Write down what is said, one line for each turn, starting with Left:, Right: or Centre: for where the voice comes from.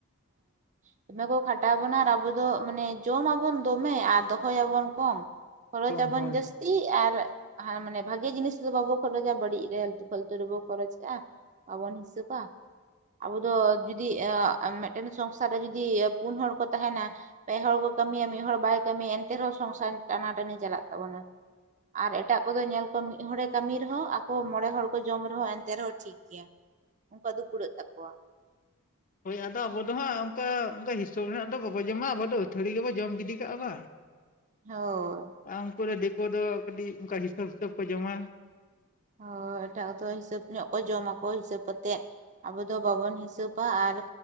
Right: ᱦᱩᱸ ᱫᱚᱢᱮ ᱠᱚ ᱠᱷᱟᱴᱟᱣ ᱵᱚᱱᱟ ᱟᱨ ᱟᱵᱚ ᱫᱚ ᱢᱟᱱᱮ ᱡᱚᱢ ᱟᱵᱚᱱ ᱫᱚᱢᱮ ᱟᱨ ᱫᱚᱦᱚᱭ ᱟᱵᱚᱱ ᱠᱚᱢ ᱠᱷᱚᱨᱚᱪ
Left: ᱠᱚᱢ
Right: ᱟᱵᱚᱱ
Left: ᱦᱚᱲ
Right: ᱡᱟᱥ- ᱛᱤ ᱟᱨ ᱢᱟᱱᱮ ᱵᱷᱟᱜᱤ ᱡᱤᱱᱤᱥ ᱨᱮ ᱵᱟᱵᱚ ᱠᱷᱚᱨᱚᱪᱟ ᱵᱟᱹᱲᱤᱡ ᱨᱮ ᱟᱞᱛᱩ - ᱯᱷᱟᱞᱛᱩ ᱨᱮᱵᱚ ᱠᱷᱚᱨᱚᱪ ᱠᱟᱜᱼᱟ ᱵᱟᱵᱚᱱ ᱦᱤᱥᱟᱹᱵᱼᱟ ᱟᱵᱚ ᱫᱚ ᱡᱩᱫᱤ ᱢᱤᱫ- ᱴᱮᱱ ᱥᱚᱝᱥᱟᱨ ᱨᱮ ᱡᱩᱫᱤ ᱯᱩᱱ ᱦᱚᱲ ᱠᱚ ᱛᱟᱦᱮᱱᱟ ᱯᱮ ᱦᱚᱲ ᱠᱚ ᱠᱟᱹᱢᱤᱭᱟ ᱢᱤᱫ ᱦᱚᱲ ᱵᱟᱭ ᱠᱟᱹᱢᱤᱭᱟ ᱮᱱᱛᱮ ᱨᱮᱦᱚᱸ ᱥᱚᱝᱥᱟᱨ ᱴᱟᱱᱟᱴᱟᱹᱱᱤ ᱪᱟᱞᱟᱜ ᱛᱟᱵᱚᱱᱟ ᱟᱨ ᱮᱴᱟᱜ ᱠᱚᱫᱚ ᱧᱮᱞ ᱠᱚᱢ ᱢᱤᱫ ᱦᱚᱲᱮ ᱠᱟᱹᱢᱤ ᱨᱮᱦᱚᱸ ᱟᱠᱚ ᱢᱚᱬᱮ ᱦᱚᱲ ᱠᱚ ᱡᱚᱢ ᱨᱮᱦᱚᱸ ᱮᱱᱛᱮ ᱨᱮᱦᱚᱸ ᱴᱷᱤᱠ ᱜᱮᱭᱟ ᱩᱱᱠᱩᱣᱟᱜ ᱫᱚ ᱠᱩᱲᱟᱹᱜ ᱛᱟᱠᱚᱣᱟ
Left: ᱦᱳᱭ ᱟᱫᱚ ᱟᱵᱚ ᱫᱚ ᱦᱟᱸᱜ ᱚᱱᱠᱟ, ᱚᱱᱠᱟ ᱦᱤᱥᱟᱹᱵᱽ ᱨᱮᱱᱟᱜ ᱫᱚ ᱵᱟᱵᱚ ᱡᱚᱢᱟ ᱟᱵᱚ ᱫᱚ ᱟᱹᱛᱷᱟᱹᱲᱤ ᱜᱮᱵᱚ ᱡᱚᱢ ᱜᱤᱰᱤ ᱠᱟᱜᱼᱟ ᱵᱟᱸ <inaudible>
Right: ᱦᱳᱭ
Left: ᱟᱨ ᱩᱱᱠᱩ ᱫᱚ ᱫᱤᱠᱩ ᱫᱚ ᱠᱟᱹᱴᱤᱡ ᱚᱱᱠᱟ ᱦᱤᱥᱟᱹᱵᱽ ᱦᱤᱥᱟᱹᱵᱽ ᱠᱚ ᱡᱚᱢᱟ
Right: ᱦᱚᱸ ᱮᱴᱟᱜ ᱠᱚᱫᱚ ᱦᱤᱥᱟᱹᱵᱽ ᱧᱚᱜ ᱠᱚ ᱡᱚᱢᱟ ᱠᱚ ᱦᱤᱥᱟᱹᱵ ᱠᱟᱛᱮᱜ, ᱟᱵᱚ ᱫᱚ ᱵᱟᱵᱚᱱ ᱦᱤᱥᱟᱹᱵᱽᱟ ᱟᱨ